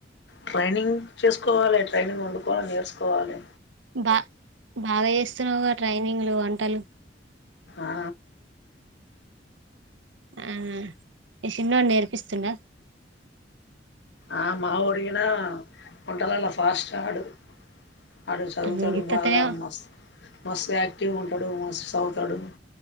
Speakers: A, on the left; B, on the right.
A: ట్రైనింగ్ చేసుకోవాలి ట్రైనింగ్ వండుకోవాలి నేర్చకోవాలి
B: బా బాగా చేస్తున్నావుగా ట్రైనింగ్లు వంటలు
A: ఆ
B: ఆ ఈ చిన్నోడు నేర్పిస్తుండ
A: ఆ మా ఒడిగిన వంటలలో ఫాస్ట్ ఆడు అడు చదువుతాడు
B: అమ్మో గిత్తత్తనే
A: బాగా
B: ఆ
A: మస్తు మస్తు యాక్టివ్ ఉంటాడు మస్తు చదువుతాడు